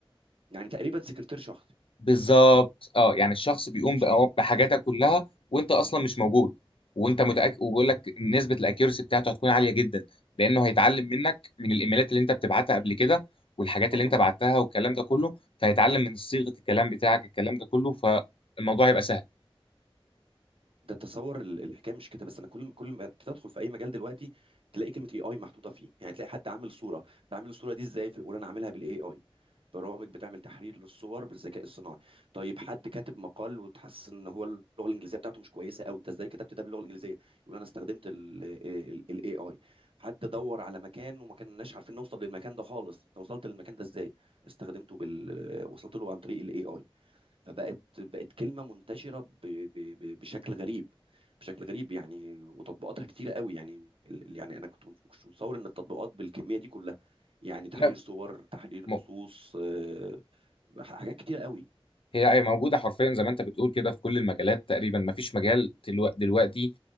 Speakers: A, on the right; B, on the left.
A: يعني تقريبا سكرتير شخصي
B: بالظبط اه يعني الشخص
A: سكرتير
B: بيقوم
A: شخصي
B: بأو- بحاجاتك كلها وانت اصلا مش موجود وانت متاكد وبيقول لك نسبه الاكيورسي بتاعته هتكون عاليه جدا لانه هيتعلم منك من الايميلات اللي انت بتبعتها قبل كده والحاجات
A: اه
B: اللي انت
A: اه
B: بعتها والكلام ده كله فهيتعلم من صيغه الكلام بتاعك الكلام ده كله فالموضوع هيبقى سهل
A: ده تصور ال- الحكايه مش كده بس انا كل كل ما تدخل في اي مجال دلوقتي تلاقي كلمه اي اي محطوطه فيه يعني تلاقي حد عامل صوره تعمل الصوره دي ازاي في- وانا عاملها بالاي اي برامج بتعمل تحرير للصور بالذكاء الصناعي طيب حد كاتب مقال وتحس ان هو اللغه الانجليزيه بتاعته مش كويسه او انت ازاي كتبت ده باللغه الانجليزيه يقول انا استخدمت الاي اي حد دور على مكان وما كناش عارفين نوصل للمكان ده خالص انت وصلت للمكان ده ازاي استخدمته بال وصلت له عن طريق الاي اي فبقت بقت كلمة منتشرة ب- ب- ب- بشكل غريب بشكل غريب يعني وتطبيقاتها كتيرة قوي يعني ال- يعني أنا كنت مش مش متصور إن التطبيقات بالكمية دي كلها يعني تحرير
B: لا
A: صور تحرير
B: م-
A: نصوص آه، حاجات كتيرة قوي
B: هي موجوده حرفيا زي ما انت بتقول كده في كل المجالات تقريبا ما فيش مجال دلوقتي, دلوقتي